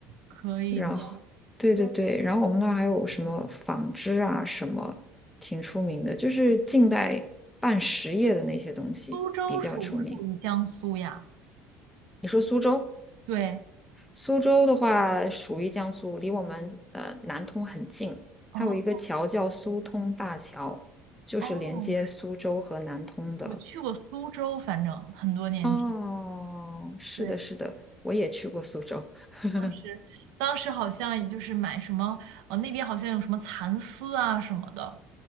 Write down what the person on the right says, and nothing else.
可以的。
苏州属不属于江苏呀？
对，
哦
哦，我去过苏州，反正很多年前。
对。
当时当时好像也就是买什么，呃，那边好像有什么蚕丝啊什么的，